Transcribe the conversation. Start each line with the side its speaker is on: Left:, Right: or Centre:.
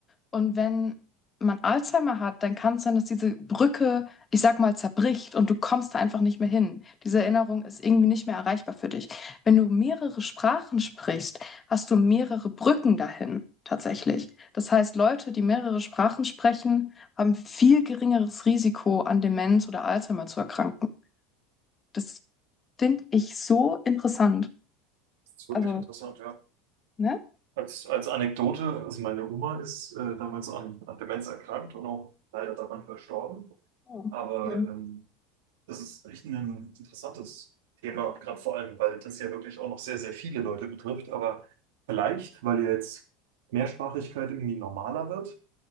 Left: Und wenn man Alzheimer hat, dann kann es sein, dass diese Brücke, ich sag mal, zerbricht und du kommst da einfach nicht mehr hin. Diese Erinnerung ist irgendwie nicht mehr erreichbar für dich. Wenn du mehrere Sprachen sprichst, hast du mehrere Brücken dahin, tatsächlich. Das heißt, Leute, die mehrere Sprachen sprechen, haben viel geringeres Risiko, an Demenz oder Alzheimer zu erkranken. Das finde ich so interessant.
Right: Das ist wirklich
Left: Also,
Right: interessant, ja.
Left: ne?
Right: Als, als Anekdote, also meine Oma ist äh, damals an, an Demenz erkrankt und auch leider daran verstorben.
Left: Oh,
Right: Aber
Left: okay.
Right: ähm, Das ist echt ein interessantes Thema, gerade vor allem, weil das ja wirklich auch noch sehr, sehr viele Leute betrifft. Aber vielleicht, weil ja jetzt Mehrsprachigkeit irgendwie normaler wird,